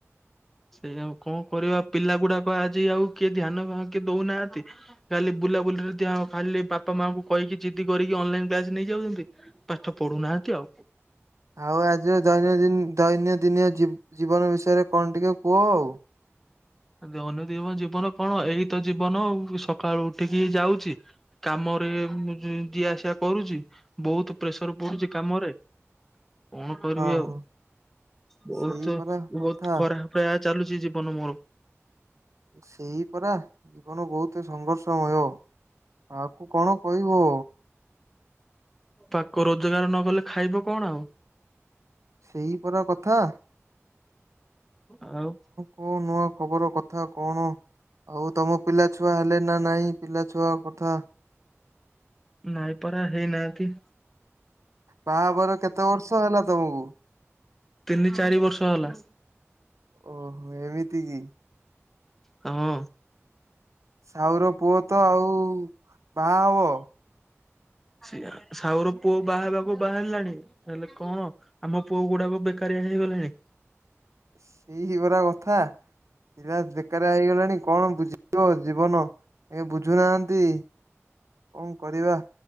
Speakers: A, in the centre; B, on the right.
A: ସେଇଆ ଆଉ କଣ କରିବା? ପିଲା ଗୁଡାକ ଆଜି ଆଉ କିଏ ଧ୍ୟାନ ଭା କିଏ ଦୋଉନାହାନ୍ତି। କାଲି ବୁଲାବୁଲିରେ ଦିଆଅ ଖାଲି ବାପାମାଙ୍କୁ କହିକି ଜିଦି କରିକି ଅନଲାଇନ କ୍ଲାସ ନେଇଯାଉଚନ୍ତି ପାଠ ପଢୁନାହାନ୍ତି ଆଉ।
B: ଆଉ ଆଜିର ଜୈନଦିନ ଦୈନ୍ୟଦିନୀୟ ଜୀ-ଜୀବନ ବିଷୟରେ କଣ ଟିକେ କୁହ ଆଉ।
A: ଦୈନଦିନ ଜୀବନ କଣ ଏଇତ ଜୀବନ ଆଉ ଏ ସକାଳୁ ଉଠିକିି ଏଇ ଯାଉଚି କାମରେ ଯି ଯିବା ଆସିବା କରୁଚି ବୋହୁତ ପ୍ରେସର ପଡୁଚି କାମରେ କଣ କରିବି
B: ହଁ
A: ଆଉ
B: ହଁ
A: ବୋହୁତୁ
B: ସେଇ ପରା କଥା
A: ବୋହୁତ ଖରାପ ପ୍ରାୟ ଚାଲୁଚି ଜୀବନ ମୋର।
B: ସେଇ ପରା ଜୀବନ ବୋହୁତ ସଂଘର୍ଷମୟ କାହାକୁ କଣ କହିବ।
A: ତାକୁ ରୋଜଗାର ନକଲେ ଖାଇବ କଣ ଆଉ?
B: ସେଇପରା କଥା।
A: ଆଉ
B: କଁ ନୂଆ ଖବର କଥା କଣ? ଆଉ ତମ ପିଲାଛୁଆ ହେଲେଣି ନା ନାହିଁ ପିଲାଛୁଆ କଥା
A: ନାଇଁ ପରା ହେଇନାହାନ୍ତି।
B: ବାହାହବାର କେତେ ବର୍ଷ ହେଲା ତମକୁ?
A: ତିନି ଚାରି ବର୍ଷ ହେଲା।
B: ଓହୋ ଏମିତି କି?
A: ହଁ।
B: ସାହୁର ପୁଅ ତ ଆଉ ବାହାହବ।
A: ସେୟା ସାହୁର ପୁଅ ବାହାହେବାକୁ ବାହାହେଲାଣି ହେଲେ କଣ? ଆମ ପୁଅଗୁଡାକ ବେକାରିଆ ହେଇଗଲେଣି।
B: ସେଇ ପରା କଥା ପିଲା ବେକାରିଆ ହେଇଗଲେଣି କଣ ବୁଝିବ ଜୀବନ। ଇଏ ବୁଝୁନାହାନ୍ତି କଣ କରିବା